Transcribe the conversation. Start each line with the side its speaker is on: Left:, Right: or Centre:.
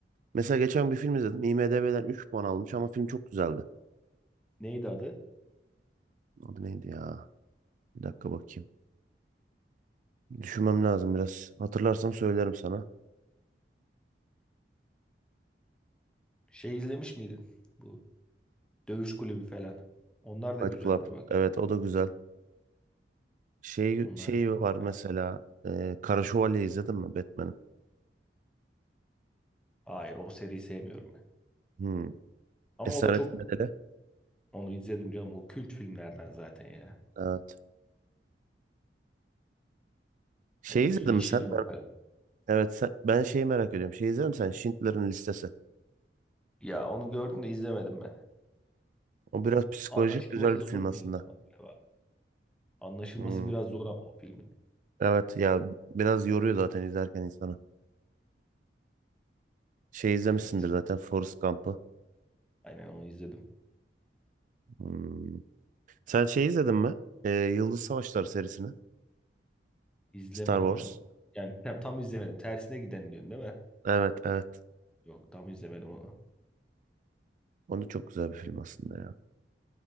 Right: Mesela geçen bir film izledim. IMDb'den 3 puan almış ama film çok güzeldi.
Centre: Neydi adı?
Right: Adı neydi ya? Bir dakika bakayım. Düşünmem lazım biraz. Hatırlarsam söylerim sana.
Centre: Şey izlemiş miydin? Bu Dövüş Kulübü falan. Onlar da
Right: Fight
Centre: güzeldir
Right: Club.
Centre: bak.
Right: Evet o da güzel. Şey,
Centre: Onlar
Right: şey var mesela.
Centre: Eh,
Right: E, Kara Şövalye izledin mi Batman'ı?
Centre: hayır o seriyi sevmiyorum ben.
Right: Hmm.
Centre: Ama
Right: Esaretin
Centre: o da çok
Right: Bedeli.
Centre: onu izledim canım. O kült filmlerden zaten ya.
Right: Evet. Şey
Centre: Ondan
Right: izledin
Centre: sonra Yeşil
Right: mi sen?
Centre: Yol
Right: Ben,
Centre: falan.
Right: evet sen- ben şeyi merak ediyorum. Şey izledin mi sen? Schindler'in Listesi.
Centre: Ya onu gördüm de izlemedim ben.
Right: O biraz psikolojik
Centre: Anlaşılması
Right: güzel bir
Centre: zor
Right: film
Centre: bir
Right: aslında.
Centre: film ama galiba. Anlaşılması
Right: Hmm.
Centre: biraz zor ama o filmin.
Right: Evet ya biraz yoruyor zaten izlerken insanı. Şey izlemişsindir
Centre: Evet.
Right: zaten Forrest Gump'ı.
Centre: Aynen onu izledim.
Right: Hmm. Sen şey izledin mi? Ee, Yıldız Savaşları serisini.
Centre: İzlemedim
Right: Star Wars.
Centre: onu. Yani tam, tam izlemedim. Tersine giden diyorsun değil mi?
Right: Evet evet.
Centre: Yok tam izlemedim onu.
Right: Onu çok güzel bir film aslında ya.